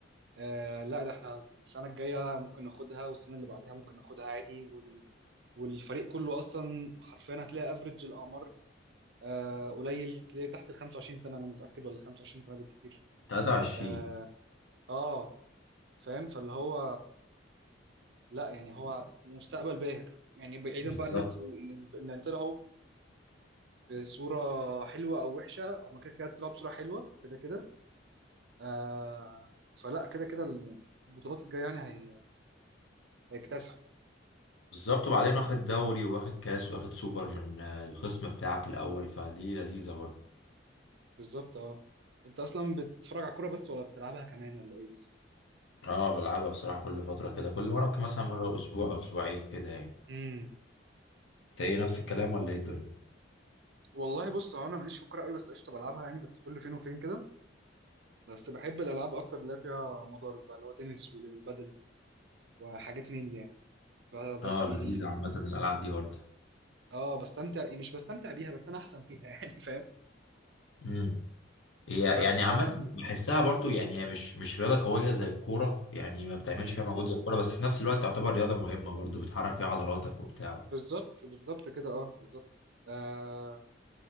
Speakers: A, on the right; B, on the left.
A: آه لا ده احنا السنة الجاية ممكن ناخدها والسنة اللي بعدها ممكن ناخدها عادي وال... والفريق كله أصلا حرفيا هتلاقي افريج الأعمار آه قليل تلاقي تحت ال 25 سنة أنا متأكد ولا 25 سنة بالكتير
B: 23
A: اه آه، فاهم فاللي هو لا يعني هو مستقبل باهر يعني بعيدا
B: بالظبط
A: بقى ان انتوا ان إن طلعوا بصورة حلوة او وحشة هما كده كده طلعوا بصورة حلوة كده كده آه فلا كده كده البطولات الجاية يعني هي- هيكتسحوا
B: بالظبط وبعدين واخد دوري واخد كاس واخد سوبر من آه، الخصم بتاعك الاول فدي لذيذة برضه
A: بالظبط اه انت اصلا بتتفرج على الكوره بس ولا بتلعبها كمان ولا ايه بالظبط
B: اه بلعبها بصراحة كل فترة كده كل مرة ممكن مثلا مرة اسبوع او اسبوعين كده يعني
A: امم
B: انت ايه نفس الكلام ولا ايه الدنيا
A: والله بص هو انا ماليش في الكوره قوي بس قشطه بلعبها يعني بس كل فين وفين كده بس بحب الالعاب اكتر اللي هي فيها مضارب بقى اللي هو تنس وبادل وحاجات من دي يعني ب- بس
B: اه
A: يعني
B: لذيذة عامة الالعاب دي برضه
A: اه بستمتع يعني مش بستمتع بيها بس انا احسن فيها <laughs> يعني فاهم
B: امم هي
A: بس
B: يعني عامة
A: آه
B: بحسها برضه يعني هي مش مش رياضة قوية زي الكورة يعني ما بتعملش
A: امم
B: فيها مجهود زي الكورة بس في نفس الوقت تعتبر رياضة مهمة برضه بتحرك فيها عضلاتك وبتاع
A: بالظبط بالظبط كده اه بالظبط آه